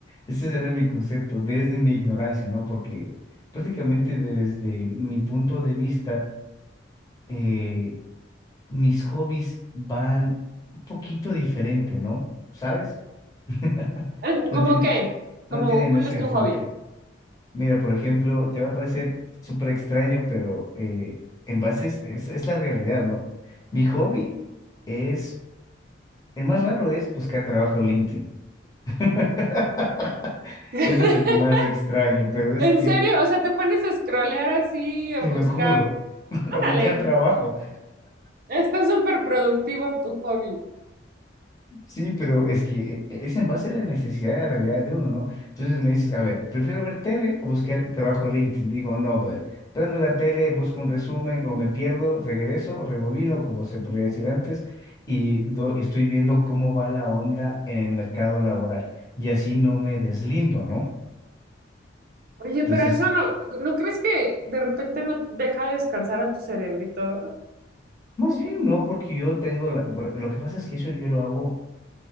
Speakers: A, on the left; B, on the right.
A: Ese era mi concepto, desde mi ignorancia, ¿no? Porque prácticamente desde mi punto de vista, eh, mis hobbies van un poquito diferente, ¿no? ¿Sabes? <laughs>
B: Em,
A: No
B: ¿Cómo
A: tiene,
B: qué? ¿Cómo
A: no tienen
B: cuál
A: ese
B: es tu
A: enfoque.
B: hobby?
A: Mira, por ejemplo, te va a parecer súper extraño, pero eh, en bases es, es la realidad, ¿no? Mi hobby es, el más raro es buscar trabajo en LinkedIn. <laughs>
B: <laughs>
A: Ese es el más extraño, pero es
B: ¿En
A: que,
B: serio? O sea, te pones a scrollear así, a
A: te
B: buscar.
A: lo juro, <laughs>
B: Órale,
A: a buscar trabajo.
B: está súper productivo tu hobby.
A: Sí, pero es que eh, es en base a la necesidad de la realidad de uno, ¿no? Entonces me dices, a ver, prefiero ver tele o buscar trabajo en LinkedIn. Digo, no, brother. Prendo la tele, busco un resumen o me pierdo, regreso, rebobino, como se podría decir antes, y do- estoy viendo cómo va la onda en el mercado laboral. Y así no me deslindo, ¿no?
B: Oye,
A: Entonces,
B: pero eso no, ¿no crees que de repente no deja descansar a tu cerebrito?
A: más bien no, porque yo tengo la... por- Lo que pasa es que eso yo lo hago